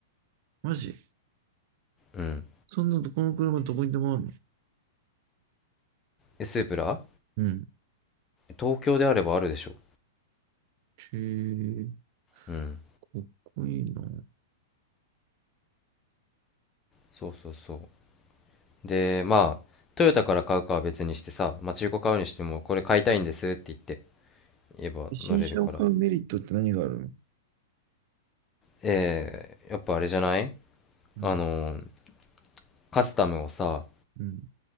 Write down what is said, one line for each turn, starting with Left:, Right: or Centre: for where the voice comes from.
Right: マジ
Left: うん。
Right: そんなとこの車どこにでもあるの
Left: え、スープラ
Right: うん。
Left: 東京であればあるでしょ。
Right: へえ、
Left: うん、
Right: かっこいいな。
Left: そうそうそう。で、まあ、トヨタから買うかは別にしてさ、まあ、中古買うにしても、これ買いたいんですって言って、言えば乗れるから。
Right: 新車を買うメリットって何があるの
Left: えー、やっぱあれじゃない
Right: うん、
Left: あのー、カスタムをさ、
Right: うん、